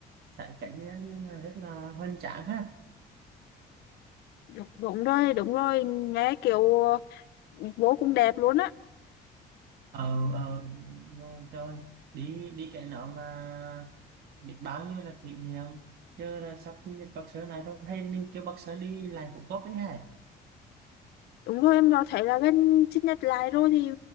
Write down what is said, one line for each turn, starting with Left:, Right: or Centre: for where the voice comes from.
Right: sải cảnh á, nhưng mà rất là hoành tráng ha
Left: đúng, đúng rồi đúng rồi nghe kiểu ờ, vô cùng đẹp luôn á
Right: ờ ờ ngồi chơi đi đi cái nào mà biết bao nhiêu là kỷ niệm chứ là sắp sinh nhật bác sớ này rồi hay mình kêu bác sớ đi lại cũng tốt đấy hả
Left: đúng rồi em rõ thấy là gần chích nhật lại rồi thì